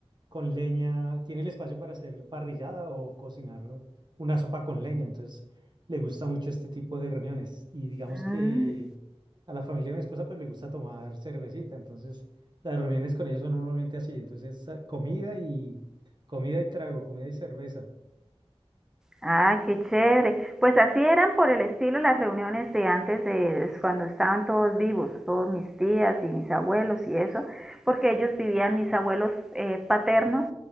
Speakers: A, on the right; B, in the centre.
A: con leña, tiene el espacio para hacer parrillada o cocinar una sopa con leña, entonces le gusta mucho este tipo de reuniones y digamos
B: Mm.
A: que a la familia de mi esposa pues le gusta tomar cervecita, entonces las reuniones con ellos son normalmente así, entonces ah, comida y comida y trago, comida y cerveza.
B: Ah, qué chévere. Pues así eran por el estilo las reuniones de antes de cuando estaban todos vivos, todos mis tías y mis abuelos y eso, porque ellos vivían, mis abuelos eh, paternos,